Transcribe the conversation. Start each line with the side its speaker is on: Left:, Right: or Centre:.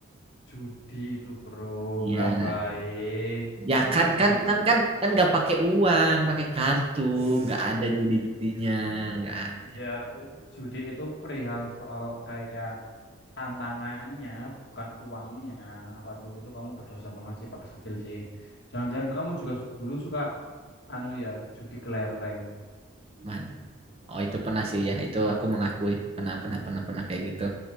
Left: Judi itu bro
Right: iya
Left: nggak baik.
Right: Ya kan
Left: Mending
Right: kan
Left: kamu
Right: kan kan kan nggak pakai uang, pakai kartu, nggak ada judi-judinya,
Left: ya,
Right: nggak ada.
Left: ya judi itu perihal soal kayak tantangannya bukan uangnya. Waduh itu kamu berdosa banget sih pas kecil sih. Jangan-jangan kamu juga s- dulu suka anu ya judi kelereng.
Right: Man. Oh itu pernah sih ya, itu aku mengakui pernah pernah pernah pernah kayak gitu.